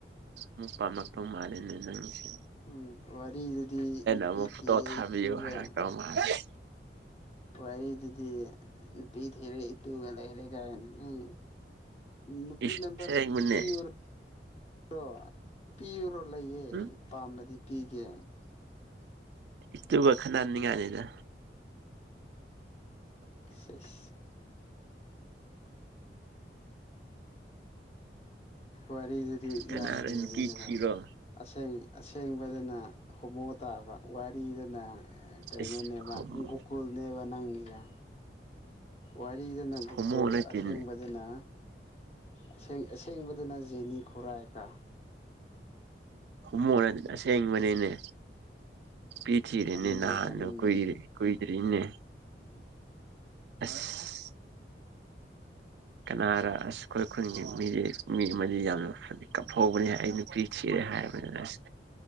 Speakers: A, on the right (about 70°); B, on the left (about 35°).
A: ꯃꯨꯛ ꯄꯥꯝꯃꯛꯇꯧ ꯃꯥꯜꯂꯦ ꯅꯪꯁꯤ
B: ꯎꯝ ꯑꯣꯏ ꯅꯨꯗꯨꯗꯤ ꯅꯨꯄꯤ
A: ꯑꯃꯨꯛ
B: ꯊꯤꯔꯦ
A: ꯐꯣꯇꯣ ꯊꯥꯕꯤꯌꯨ
B: ꯏꯇꯨꯒ
A: ꯍꯥꯏꯔꯛꯇꯧ ꯃꯥꯜꯂꯦ
B: ꯋꯥꯔꯤꯗꯨꯗꯤ ꯅꯨꯄꯤ ꯊꯤꯔꯦ ꯏꯇꯨꯒ ꯂꯩꯔꯦ ꯀꯥꯏꯅ ꯅꯪ ꯅꯨꯄꯤ
A: ꯏꯁ
B: ꯅꯝꯕꯔ
A: ꯑꯁꯦꯡꯕꯅꯦ
B: ꯄꯤꯌꯨꯔꯣ ꯀꫭ ꯄꯤꯌꯨꯔꯣ ꯂꯩꯌꯦ
A: ꯎꯝ
B: ꯄꯥꯝꯃꯗꯤ ꯄꯤꯒꯦ
A: ꯏꯇꯨꯒ ꯈꯠꯅꯍꯟꯅꯤꯡꯉꯥꯏꯅꯤꯗ
B: ꯁꯤꯁ ꯋꯥꯔꯤꯗꯨꯗꯤ
A: ꯀꯅꯥꯔ
B: ꯌꯥꯝ ꯂꯤꯡꯉꯦꯅꯒ
A: ꯅꯨꯄꯤ ꯊꯤꯔꯣ
B: ꯑꯁꯦꯡ ꯑꯁꯦꯡꯕꯗꯅ ꯍꯣꯃꯣ ꯇꯥꯕ ꯋꯥꯔꯤꯗꯅ ꯀꯩꯅꯣꯅꯦꯕ
A: ꯏꯁ ꯍꯣꯃꯣ
B: ꯒꫭꯀꯨꯜ ꯅꯦꯕ ꯅꯪ ꯌꯥ ꯋꯥꯔꯤꯗꯅ ꯒꫭꯀꯨꯜ
A: ꯍꯣꯃꯣ ꯅꯠꯇꯦꯅꯦ
B: ꯑꯁꯦꯡꯕꯗꯅ ꯑꯁꯦꯡ ꯑꯁꯦꯡꯕꯗꯅ ꯖꯦꯅꯤ ꯈꯨꯔꯥꯏ ꯀ
A: ꯍꯨꯝꯃꯨ ꯅꯠ ꯑꯁꯦꯡꯕꯅꯤꯅꯦ ꯄꯤ ꯊꯤꯔꯦꯅꯤ
B: ꯇꯥꯅꯤꯡꯗꯦ
A: ꯅꯍꯥꯟꯅ
B: ꯇꯥꯅꯤꯡꯗꯦ
A: ꯀꯨꯏꯔꯦ ꯀꯨꯏ ꯔꯤꯅꯦ
B: <inaudible>
A: ꯑꯁ ꯀꯅꯥꯔꯥ ꯑꯁ ꯑꯩꯈꯣꯏ ꯈꯨꯟꯁꯤ ꯃꯤꯁꯦ ꯃꯤ ꯃ ꯌꯥꯝ ꯅ ꯐꯗꯤ ꯀꯞ ꯍꯧꯕꯅꯦ ꯑꯩ ꯅꯨꯄꯤ ꯊꯤꯔꯦ ꯍꯥꯏꯔꯕꯅꯤꯅ ꯑꯁ